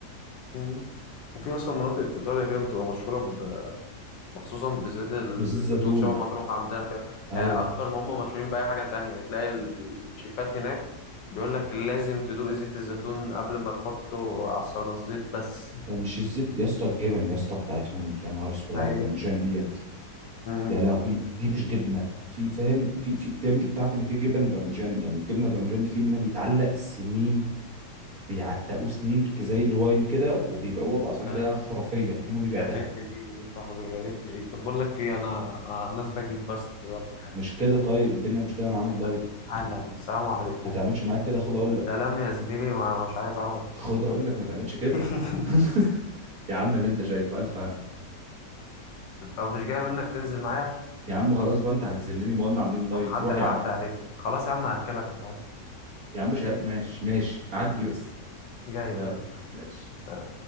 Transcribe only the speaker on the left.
مم. وفي اصلا مناطق في ايطاليا كده بتبقى مشهوره ب... مخصوصا بزيت الزيتون
شبه ما تروح عندنا كده
يعني اكتر ما هم مشهورين باي حاجه تانية تلاقي ال... ال- الشيفات هناك بيقول لك لازم تدوق زيت الزيتون قبل ما تحطه على السلطه الزيت بس
اي
مم.
آه،
جريت لي ريق يا صاحبي جريت لي ريق طب بقول لك ايه انا انا نازل اجيب بس دلوقتي حالا
حالا
حالا السلام عليكم
سلام يا زميلي ما مش عايز اعرفك
تاني
<laughs>
طب مش جاي منك تنزل معايا
هعدي
هعدي
عليك خلاص يا عم هاكلك متعب
جاي
لك
أهو.